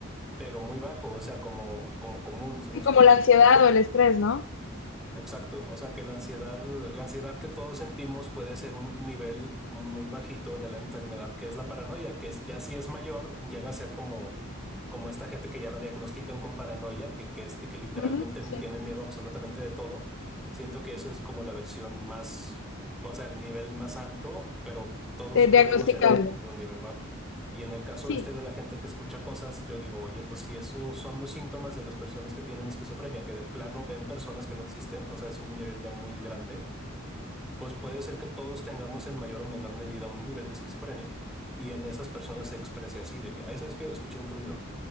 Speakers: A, in the centre; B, on the left (about 65°).
A: pero muy bajo, o sea, como, como común, ¿sí me
B: Sí,
A: explico?
B: como la ansiedad o el estrés, ¿no?
A: Exacto, o sea que la ansiedad, la ansiedad que todos sentimos puede ser un nivel muy bajito de la enfermedad que es la paranoia, que es, ya si es mayor llega a ser como, como esta gente que ya la diagnostican con paranoia, que, que, es, de que literalmente
B: Ujú, sí.
A: tiene miedo absolutamente de todo. Siento que eso es como la versión más, o sea, el nivel más alto, pero todos
B: de Este,
A: podemos
B: diagnosticable.
A: llegar a tener un nivel bajo. Y en el caso
B: Sí.
A: este de la gente que escucha cosas, yo digo, oye, pues si esos son los síntomas de las personas que tienen esquizofrenia, que de plano ven personas que no existen, o sea, es un nivel ya muy grande, pues puede ser que todos tengamos en mayor o menor medida un nivel de esquizofrenia y en esas personas se exprese así, de que, ay, ¿sabes qué? Escuché un ruido,